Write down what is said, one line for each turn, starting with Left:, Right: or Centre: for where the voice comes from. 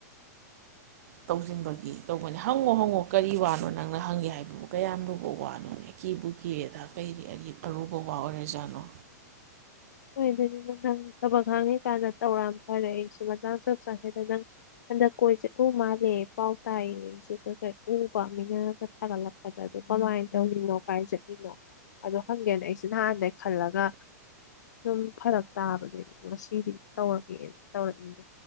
Right: ꯇꯧꯁꯤꯟꯕꯒꯤ ꯇꯧꯕꯅꯦ ꯍꯪꯉꯣ ꯍꯪꯉꯣ ꯀꯔꯤ ꯋꯥꯅꯣ ꯅꯪꯅ ꯍꯪꯒꯦ ꯍꯥꯏꯗꯨꯕꯨ ꯀꯌꯥꯝ ꯂꯨꯕ ꯋꯥꯅꯣꯅꯦ ꯀꯤꯕꯨ ꯀꯤꯔꯦꯗ ꯑꯩꯗꯤ ꯑꯔꯨꯕ ꯋꯥ ꯑꯣꯏꯔ ꯖꯥꯠꯅꯣ
Left: <unintelligible> ꯁꯨꯝ ꯐꯔꯛ ꯇꯥꯕꯒꯤ ꯉꯁꯤꯗꯤ ꯇꯧꯔꯒꯦꯅ ꯇꯧꯔꯛ ꯏꯅꯦ